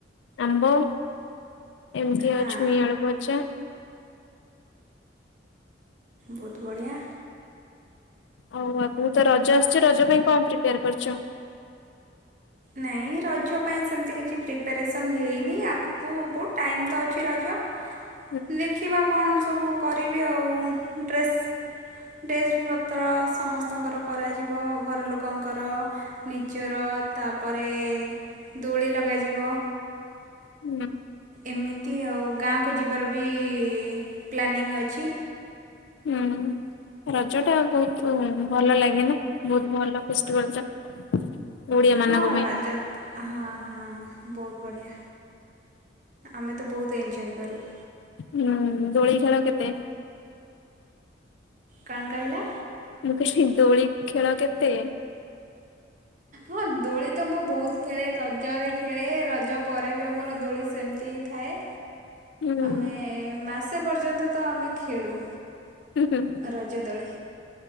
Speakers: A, on the left; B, on the right.
A: ଆମ୍ବ। ଏମିତି ଆଉ
B: ହଁ
A: ଛୁଇଁ ଆଳୁ ଭଜା।
B: ବହୁତ ବଢ଼ିଆ।
A: ଆଉ ଆଗକୁ ତ ରଜ ଆସୁଛି ରଜ ପାଇଁ କଣ ପ୍ରିପେୟାର କରିଛ?
B: ନାଇଁ ରଜ ପାଇଁ ସେମିତି କିଛି ପ୍ରିପାରେସନ୍ ହେଇନି ଆଗକୁ ବହୁତ ଟାଇମ୍ ତ ଅଛି ରଜ।
A: <inaudible>
B: ଦେଖିବା କଣ ସବୁ କରିବି ଆଉ ଡ୍ରେସ୍। ଡ୍ରେସ୍ ପତ୍ର ସମସ୍ତଙ୍କର କରାଯିବ ଘର ଲୋକଙ୍କର। ନିଜର ତାପରେ ଦୋଳି ଲଗାଯିବ।
A: ହୁଁ
B: ଏମିତି ଆଉ ଗାଁ କୁ ଯିବାର ବି ପ୍ଲାନିଂ ଅଛି।
A: ହୁଁ ରଜଟା ବହୁତ ଭଲ ଲାଗେ ନା ବହୁତ ଭଲ ଫେଷ୍ଟିଭାଲ ଟା। ଓଡିଆ ମାନଙ୍କ
B: ହଁ
A: ପାଇଁ
B: ରଜ। ହଁ ହଁ ବହୁତ ବଢ଼ିଆ ଆମେ ତ ବହୁତ ଏଞ୍ଜୟ କରୁ।
A: ହୁଁ ଦୋଳି ଖେଳ କେତେ?
B: କଣ କହିଲ?
A: ମୁଁ କହିଲି ଦୋଳି ଖେଳ କେତେ?
B: ହଁ ଦୋଳି ତ ମୁଁ ବହୁତ ଖେଳେ ରଜରେ ଖେଳେ ରଜ ପରେ ବି ଆମର ଦୋଳି ସେମିତି ହିଁ ଥାଏ
A: ହୁଁ ହୁଁ
B: ଆମେ ମାସେ ପର୍ଯ୍ୟନ୍ତ ତ ଆମେ ଖେଳୁ।
A: ହୁଁ ହୁଁ
B: ରଜ ଦୋଳି